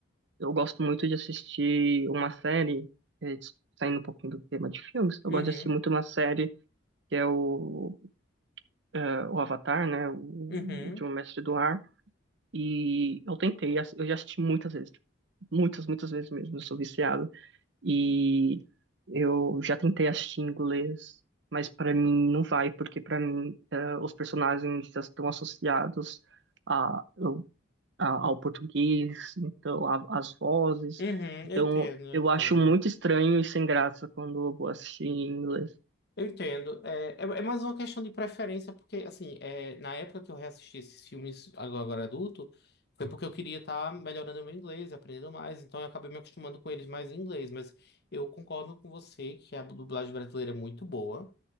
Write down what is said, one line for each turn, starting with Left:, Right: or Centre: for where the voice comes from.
Right: eu gosto muito de assistir uma série, eh, saindo um pouquinho do tema de filmes, eu
Left: Uhum.
Right: gosto de assistir muito uma série que é o eh, o Avatar, né? O
Left: Uhum.
Right: Último Mestre do Ar. E eu tentei, eu já assisti muitas vezes. tipo, Muitas, muitas vezes mesmo. Eu sou viciado. E eu já tentei assistir em inglês, mas para mim não vai, porque para mim eh, os personagens já estão associados a, ao a- ao português, então a- as vozes.
Left: Uhum.
Right: Então
Left: Eu entendo, eu
Right: eu
Left: entendo.
Right: acho muito estranho e sem graça quando eu vou assistir em inglês.
Left: Eu entendo. É, é, é mais uma questão de preferência, porque, assim, é, na época que eu reassisti esses filmes agora, agora adulto, foi porque eu queria estar melhorando o meu inglês, aprendendo mais, então eu acabei me acostumando com eles mais em inglês. Mas eu concordo com você que a dublagem brasileira é muito boa.